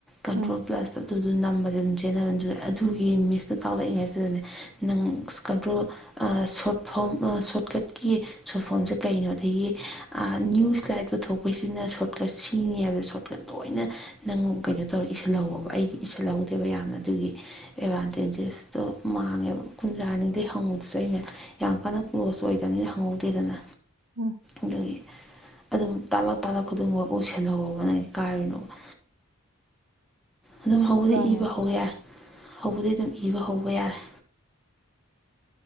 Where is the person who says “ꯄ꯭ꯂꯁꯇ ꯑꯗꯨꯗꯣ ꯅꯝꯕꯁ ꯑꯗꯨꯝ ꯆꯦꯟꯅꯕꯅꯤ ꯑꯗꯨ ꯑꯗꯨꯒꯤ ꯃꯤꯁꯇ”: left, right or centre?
Centre